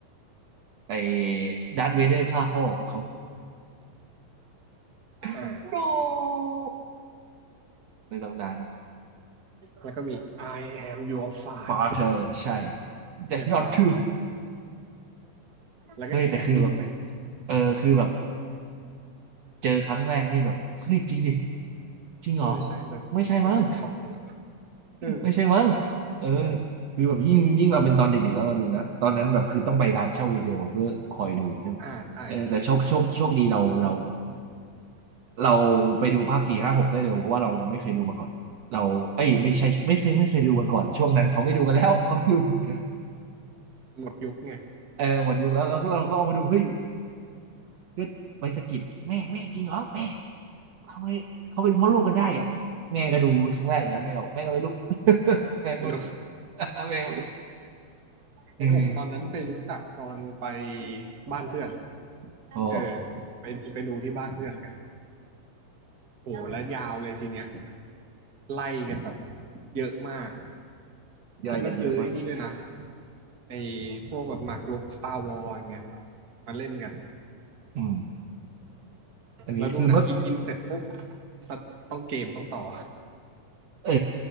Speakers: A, on the right (about 55°); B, on the right (about 30°).
A: ไอ้ดาร์ธเวเดอร์ฆ่าพ่อของเขา
B: อ่า
A: no ในตำนาน
B: แล้วก็แล้วก็มี I am your fart
A: มาเธอใช่ that's
B: เรียบร้อย
A: not true
B: แล้วก็แขนดินไป
A: เฮ้ยแต่คือแบบเออคือแบบเจอครั้งแรกนี่แบบเฮ้ยจริงดิจริงเหรอ
B: เออใช่แต่
A: ไม่ใช่มั้ง
B: แต่ช็อกเหมือนกันนะเออ
A: ไม่ใช่มั้งเออคือแบบยิ่งยิ่งเราเป็นตอนเด็กๆแล้วเราดูนะตอนนั้นแบบคือต้องไปร้านเช่าวิดีโอเพื่อคอยดูใช่ไหม
B: อ่าใช่ใช่ใช่
A: เออแต่โชคโชคโชคดีเราเรา เราไปดูภาคสี่ห้าหกได้เร็วเพราะว่าเราไม่เคยดูมาก่อนเราเอ้ยไม่ใช่ไม่เคยไม่เคยดูมาก่อนช่วงนั้นเขาไม่ดูกันแล้ว <laughs> เขาไม่ดูกันแล้ว
B: มันหมดยุคไง
A: เออหมดยุคแล้วเราก็เราก็เอามาดูเฮ้ยก็ไปสะกิดแม่แม่จริงเหรอแม่เขาไม่เขาเป็นพ่อลูกกันได้อ่ะแม่ก็ดูครั้งแรกเหมือนกันแม่ก็บอกแม่ก็ไม่รู้ <laughs> แม่ก็ไม่รู้
B: ไม่รู้
A: <laughs> แม่ก็ไม่รู้
B: อผมตอนนั้นไปรู้จักตอนไป
A: อืม
B: บ้านเพื่อน
A: โอ
B: เออไปไปดูที่บ้านเพื่อนกัน
A: ้
B: โหและยาวเลยทีเนี้ยไล่กันแบบเยอะมาก
A: ย่อยกันเยอะมาก
B: แล้วก็ซื้อไอ้นี่ด้วยนะไอ้พวกแบบหมากรุก Star Wars อย่างเงี้ยมาเล่นกัน
A: อืมอันนี้คือเมื่อ
B: เราดูหนังอินอินเสร็จปุ๊บสัตว์ต้องเกมต้องต่อ
A: เออ